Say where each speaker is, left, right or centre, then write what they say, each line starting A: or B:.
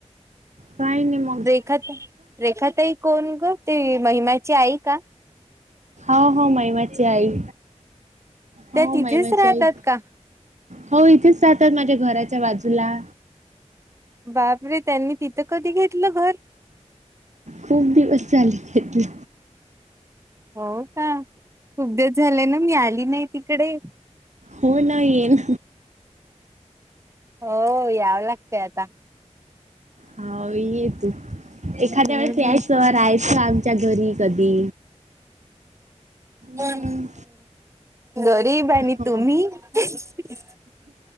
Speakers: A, on the right (about 70°); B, on the right (about 25°).
A: काय नाही म
B: रेखा रेखा तई कोण ग ते महिमची आई का
A: हो महिमाची आई हो
B: त्या तिथेच
A: महिमाची
B: राहतात
A: आई
B: का
A: हो इथेच राहातात माझ्या घराच्या बाजूला-
B: बाप रे त्यांनी तिथं कधी घेतलं घर
A: खूप दिवस चाले घेतले
B: हो का खूप दिस झालंय ना मी आली नाही तिकडे
A: हो ना येन
B: हो यावं लागतंय आता
A: हा येेतू एखाद्या
B: हम्म
A: वेळेस याय संयच का आमच्या घरी कधी
B: हम्
A: हम्म.
B: गरीब आहे आणि
A: हा
B: तुम्ही ह